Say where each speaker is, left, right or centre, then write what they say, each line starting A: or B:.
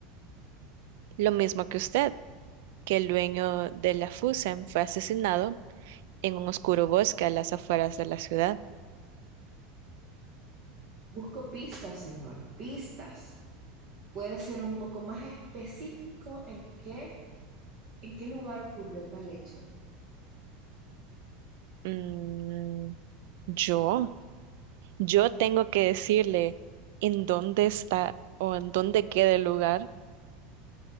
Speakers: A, on the right; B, on the right.
A: Lo mismo que usted, que el dueño de la Fusen fue asesinado en un oscuro bosque a las afueras de la ciudad.
B: Busco pistas, señor, pistas. ¿Puede ser un poco más específico en qué, en qué lugar ocurrió tal hecho?
A: Mm, ¿yo? Yo tengo que decirle en dónde está o en dónde queda el lugar.